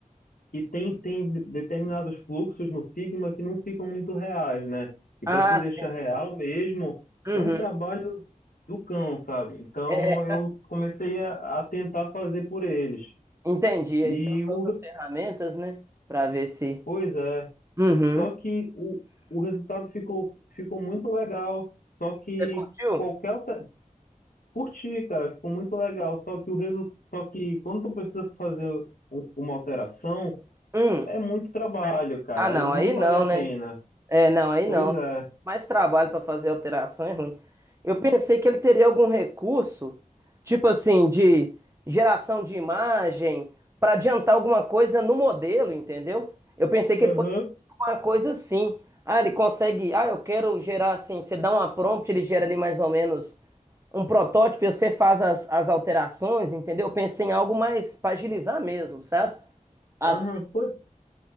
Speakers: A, on the left; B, on the right.
A: que tem, tem determinados fluxos no Figma que não ficam muito reais, né? E
B: Ah,
A: para tu deixar
B: sim.
A: real mesmo,
B: Uhum.
A: dá um trabalho do cão, sabe? Então
B: É,
A: eu comecei a, a tentar fazer por eles.
B: entendi.
A: E
B: Aí são as
A: o,
B: outras ferramentas, né? Pra ver se.
A: pois é,
B: Uhum.
A: só que o, o resultado ficou, ficou muito legal. Só que
B: Você curtiu?
A: qualquer alter- curti, cara, ficou muito legal. Só que o resu- só que quando tu precisa fazer u- uma alteração,
B: Hum.
A: é muito trabalho, cara,
B: Ah, não,
A: e
B: aí
A: não vale
B: não,
A: a pena.
B: né? É, não, aí
A: Pois
B: não.
A: é.
B: Mais trabalho para fazer alteração é ruim. Eu pensei que ele teria algum recurso, tipo assim, de geração de imagem, para adiantar alguma coisa no modelo, entendeu? Eu pensei que
A: Aham.
B: ele poderia fazer alguma coisa assim. Ah, ele consegue. Ah, eu quero gerar assim. Você dá uma prompt, ele gera ali mais ou menos um protótipo, e você faz as, as alterações, entendeu? Eu pensei em algo mais para agilizar mesmo, sabe? Assim.
A: Aham. Pois,